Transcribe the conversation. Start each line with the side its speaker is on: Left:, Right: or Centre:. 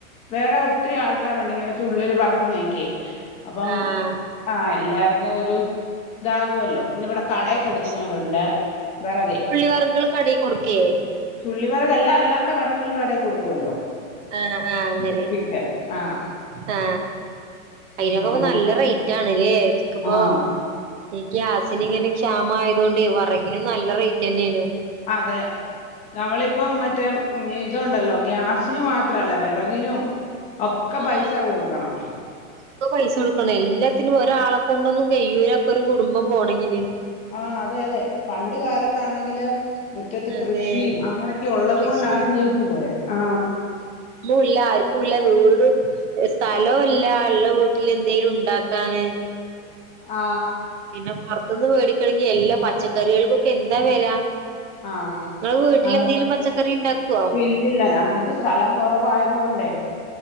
Left: വേറെ ഒത്തിരി ആൾക്കാരോണ്ട് ഇങ്ങനെ ചുള്ളല് പറക്കുന്നൊക്കെ അപ്പം
Right: ആഹ്
Left: ആ എല്ലാ എല്ലാവർക്കും ഒരു ഇതാകുമല്ലോ പിന്നെ ഇവിടെ കട കൊടുക്കുന്നവരുണ്ട്
Right: അത് ശരി
Left: വിറകെ
Right: ചുള്ളി വറകുകൾ കടയിൽ കൊടുക്കേ
Left: ചുള്ളിവെറക് അല്ലാത്ത വിറകുകൾ കടയിൽ കൊടുക്കുവല്ലോ
Right: ആ ആ അങ്ങനെ
Left: വെട്ടിയിട്ട് ആഹ്
Right: ആ
Left: ആഹ്
Right: ഐനൊക്കെപ്പം
Left: അങ്ങ
Right: നല്ല റൈറ്റാ കാണ്ലേ <unintelligible>
Left: ആഹ്
Right: ഈ ഗ്യാസിനിങ്ങനെ ക്ഷാമായതോണ്ട് വെറകിനും നല്ല റൈറ്റന്നേണ്
Left: അതെ നമ്മളിപ്പം മറ്റേ ഇതുണ്ടല്ലോ ഗ്യാസിന് മാത്രല്ല വിറകിനും ഒക്കെ
Right: ആഹ്
Left: പൈസ കൊടുക്കണം
Right: ഒക്കെ പൈസ കൊടുക്കണം എല്ലത്തിനും ഒരാളെ കൊണ്ടൊന്നും കയ്യൂലപ്പോ ഒരു കുടുംബം പോണങ്കില്
Left: ആ അതെ അതെ പണ്ട് കാലത്താണങ്കില് മുറ്റത്ത്
Right: അതെ
Left: കൃഷിയും അങ്ങനെയൊക്കെ ഉള്ളത്
Right: കൃഷിയും
Left: കൊണ്ടാണ് ജീവിച്ചു പോയേ ആ
Right: എല്ലാരും വീട് സ്ഥല സ്ഥലൂല്ല ള്ളവീട്ടില് എന്തെേലുണ്ടാക്കാന്
Left: ആ
Right: പിന്നെ പുറത്ത്ന്ന് മേടി ണെങ്കി എല്ലാ പച്ചക്കറികൾകൊക്കെ എന്താ വെല
Left: ആ
Right: ഇങ്ങള് വീട്ടിലെന്തേലും
Left: അ
Right: പച്ചക്കറി ഇണ്ടാക്കുവോ
Left: ഇല്യല്ല ഞങ്ങക്ക് സ്ഥലം കുറവായത്കൊണ്ടേ